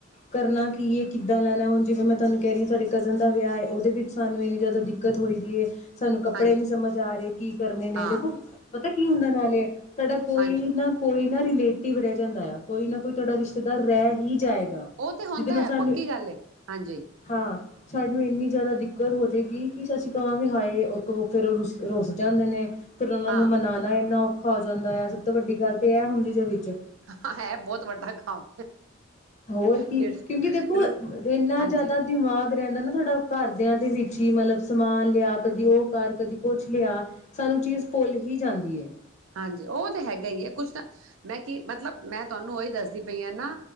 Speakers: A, on the left; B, on the right.
A: ਕਰਨਾ ਕੀ ਹੈ ਕਿੱਦਾਂ ਲੈਣਾ ਹੁਣ ਜਿਵੇਂ ਮੈਂ ਤੁਹਾਨੂੰ ਕਹਿ ਰਹੀ ਹਾਂ ਸਾਡੇ ਕਜ਼ਨ ਦਾ ਵਿਆਹ ਹੈ ਉਹਦੇ ਵਿੱਚ ਸਾਨੂੰ ਇੰਨੀ ਜ਼ਿਆਦਾ ਦਿੱਕਤ ਹੋਈਦੀ ਹੈ। ਸਾਨੂੰ ਕੱਪੜੇ
B: ਹਾਂਜੀ
A: ਨੀ ਸਮਝ ਆ ਰਹੇ ਕੀ ਕਰਨੇ ਨੇ
B: ਹਾਂ
A: ਦੇਖੋ ਪਤਾ ਕੀ ਹੁੰਦਾ ਨਾਲੇ? ਸਾਡਾ ਕੋਈ
B: ਹਾਂਜੀ
A: ਨਾ ਕੋਈ ਨਾ ਰਿਲੇਟਿਵ ਰਹਿ ਜਾਂਦਾ ਹੈ, ਕੋਈ ਨਾ ਕੋਈ ਤੁਹਾਡਾ ਰਿਸ਼ਤੇਦਾਰ ਰਹਿ ਹੀ ਜਾਏਗਾ।
B: ਉਹ ਤੇ ਹੁੰਦਾ
A: ਜਿਹਦੇ ਨਾਲ
B: ਹੈ,
A: ਸਾਨੂੰ
B: ਪੱਕੀ ਗੱਲ ਹੈ, ਹਾਂਜੀ।
A: ਹਾਂ ਸਾਨੂੰ ਇੰਨੀ ਜ਼ਿਆਦਾ ਦਿੱਕਤ ਹੋ ਜਾਏਗੀ ਕਿ ਅਸੀਂ ਕਹਾਂਗੇ ਹਾਏ ਫਿਰਤੋ ਰੁਸ ਰੁੱਸ ਜਾਂਦੇ ਨੇ। ਫਿਰ ਉਹਨਾਂ
B: ਹਾਂ
A: ਨੂੰ ਮਨਾਓ। ਇੰਨਾ ਔਖਾ ਹੋ ਜਾਂਦਾ ਆ ਸਭ ਤੋਂ ਵੱਡੀ ਗੱਲ ਤੇ ਇਹ ਹੁੰਦੀ ਜੇ ਵਿੱਚ।
B: ਹਾਂ ਹੈ ਬਹੁਤ ਵੱਡਾ ਕੰਮ।
A: ਹੋਰ ਕੀ
B: ਜਿਹੜਾ
A: ਕਿਉਂਕਿ ਦੇਖੋ ਇੰਨਾ
B: ਹਾਂਜੀ
A: ਜ਼ਿਆਦਾ ਦਿਮਾਗ ਰਹਿੰਦਾ ਨਾ ਤੁਹਾਡਾ ਘਰਦਿਆਂ ਦੇ ਵਿੱਚ ਹੀ ਮਤਲਬ ਸਮਾਨ ਲਿਆ ਕਦੀ ਉਹ ਕਰ, ਕਦੀ ਕੁਛ ਲਿਆ ਸਾਨੂੰ ਚੀਜ਼ ਭੁੱਲ ਹੀ ਜਾਂਦੀ ਹੈ।
B: ਹਾਂਜੀ, ਉਹ ਤਾਂ ਹੈਗਾ ਹੀ ਹੈ ਕੁਛ ਤਾਂ ਮੈਂ ਕੀ ਮਤਲਬ ਮੈਂ ਤੁਹਾਨੂੰ ਉਹੀ ਦੱਸਦੀ ਪਈ ਹ ਨਾ